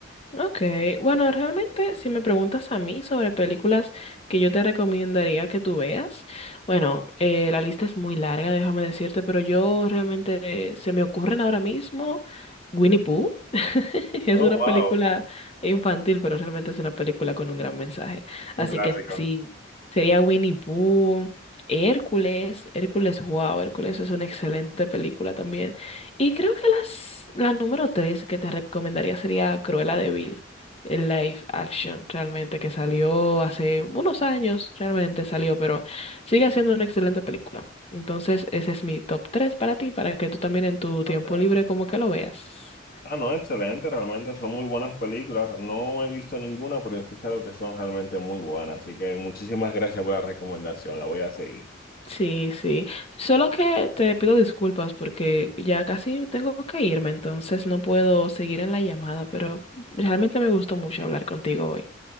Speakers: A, on the left; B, on the left.
A: Ok, bueno, realmente si me preguntas a mí sobre películas que yo te recomendaría que tú veas, bueno, eh, la lista es muy larga, déjame decirte, pero yo realmente eh, se me ocurren ahora mismo Winnie Pooh. <laughs> Es
B: Oh,
A: una
B: wow.
A: película infantil, pero realmente es una película con un gran mensaje. Así
B: Un clásico.
A: que sí, sería Winnie Pooh, Hércules, Hércules, wow, Hércules es una excelente película también. Y creo que las, la número tres que te recomendaría sería Cruella de Vil, el live action, realmente, que salió hace unos años, realmente salió, pero sigue siendo una excelente película. Entonces, ese es mi top tres para ti, para que tú también en tu tiempo
B: Ok.
A: libre como que lo veas.
B: Ah, no, excelente, realmente son muy buenas películas. No he visto ninguna, pero he escuchado que son realmente muy buenas. Así que muchísimas gracias por la recomendación, la voy a seguir.
A: Sí, sí. Solo que te pido disculpas porque ya casi tengo que irme, entonces no puedo seguir en la llamada, pero realmente me gustó mucho hablar contigo hoy.